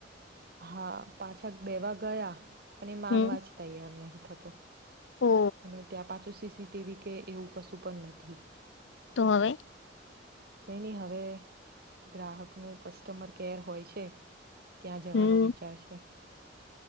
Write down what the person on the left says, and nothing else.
હમ
ઓ
તો હવે
હમ